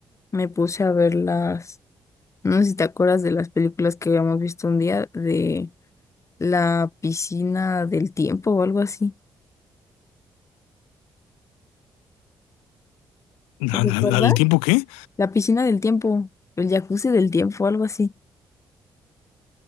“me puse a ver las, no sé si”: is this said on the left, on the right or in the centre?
Left